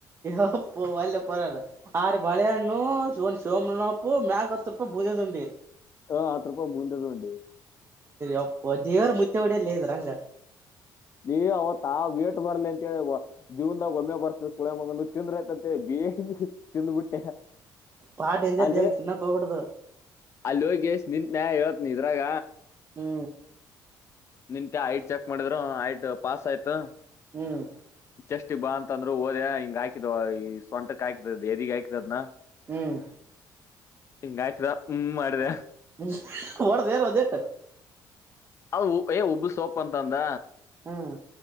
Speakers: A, on the right (about 30°); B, on the left (about 35°).
A: ಅಪ್ಪು ಒಲ್ಲೆ ಪರದು ಆ್ರ ಬಾಳೆಹಣ್ಣು ಶ ಶಿವಮ್ಪ್ಪು ಮ್ಯಾಕ್ ಹತ್ರ ಪೂಜೆದುಂಡಿ
B: ಹಾ ಹತ್ರ ರೂಪಾಯ ಮುಂದದುೊಂಡಿ
A: ಒಪ್ಪ ದೇವ್ರ ಮುುತ್ತೆ ಹೊಡಲ್ಲಿದ್ರಂಗ
B: ನೀ ಅವತ್ತಾ ವೇಟ್ ಬರ್ಲಿ ಅಂತೇಳಿ ಜವ್ನ ಒಮ್ಮೆ ಬರ್ತ ಕುಳೆ ಮಗ ತಿಂದ್ರಯತ ಅಂತ ಹೇಳಿ ಚಂದುಬುಟ್ಟೆ
A: ಬಾಳ ಡೇಂಜರ್
B: ಅಲ್ಲ
A: ದೇಂಗ ತಿನ್ನಕ್ ಹೋಗ್ಬಾರ್ದು
B: ಅಲ್ಲಿ ಹೋಗಿ ಎಷ್ಟ ನಿಂತನೆ ಹೇಳ್ತ್ನ ಇದ್ರಾಗ
A: ಹ್ಮ
B: ನಿಂತೆ ಐಟ್ ಚೆಕ್ ಮಾಡಿದ್ರು ಐಟ್ ಪಾಸ್ ಆಯ್ತು
A: ಹ್ಮ್
B: ಚೆಸ್ಟ್ ಬಾ ಅಂತ ಅಂತಂದ್ ಓದ್ಯ ಹಿಂಗ ಹ ಆಕತ್ ಈ ಸೊಂಟಕ್ ಆಯಕ್ತದ ಎದಗ ಆ್ತದನ
A: ಹ್ಮ್
B: ಹಿಂಗ ಆಯ್ತದ ಹ್ಮ್ ಮಾಡ್ದ
A: ಹ್ಮ ಹೊಡ್ದ ಯಾರ ಅದೇಟ್ಟು
B: ಅದು ಏ ಉಬ್ಬು ಸೋಪ್ ಅಂತ ಅಂದ
A: ಹ್ಮ್